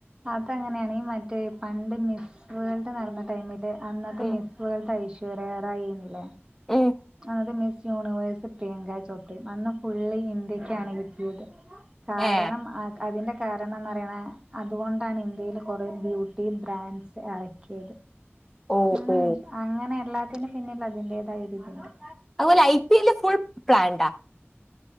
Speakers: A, on the right (about 20°); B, in the centre.
A: അതങ്ങനെയാണ് ഈ മറ്റേ പണ്ട് മിസ് വേൾഡ് നടന്ന ടൈമിൽ അന്നത്തെ
B: ഉം
A: മിസ് വേൾഡ് ഐശൃരൃറായി ആയിരുന്നില്ലേ
B: ഉം
A: അതത് മിസ്സ് യൂണിവ വയസ്സ പ്ങ്കങ്ങങ്ക്യ ച അ ഫി ഇ ക്കെയാണ് കിട്ടിയത് കാരണം
B: ഏ
A: അ അതിന്റെ കാരണന്ന് അറിയണ അതുകൊണ്ടാണ് ഇന്ത്യയിൽ കുറേ ബ്യൂട്ടി ബ്രാൻഡ്സ് ഇറക്കിയത്
B: ഓ
A: ആ മനിഷ്
B: ഓ
A: അങ്ങനെ അല്ലാ അപ്പ പിന്നെ പിന്നെയും വന്നില്ല ധൈരൃവൊക്കെയായിട്ട്
B: അതുപോലെ ഐ പി എല്ല് ഫുൾ പ്ലാൻഡാ